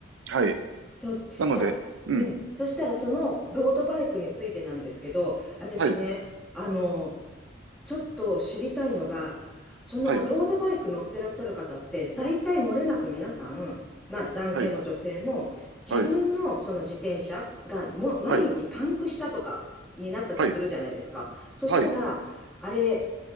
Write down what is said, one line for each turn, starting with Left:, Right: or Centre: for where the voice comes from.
Right: はい。
Centre: そう、
Right: なので、
Centre: じゃあ、
Right: うん。
Centre: うん。そしたら、そのロードバイクについてなんですけど、私ね、
Right: はい、
Centre: あの、ちょっと知りたいのが、そのロードバイク乗ってらっしゃる方って、
Right: はい、
Centre: 大体漏れなく皆さん、まあ男性も女性も、
Right: はい、
Centre: 自分のその自転車がもう毎日パンクしたとかになったとするじゃないですか。
Right: はい、はい、はい、
Centre: そしたら、
Right: はい、
Centre: あれ、